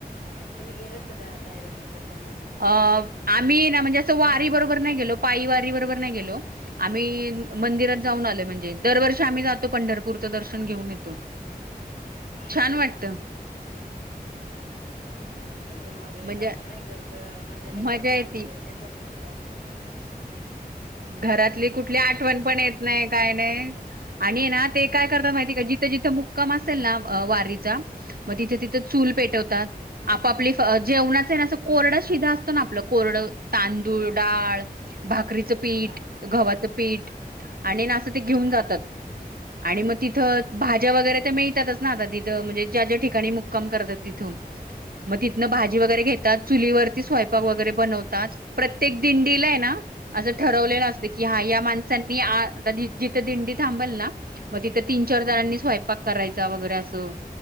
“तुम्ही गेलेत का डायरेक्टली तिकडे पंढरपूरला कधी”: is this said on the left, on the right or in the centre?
Left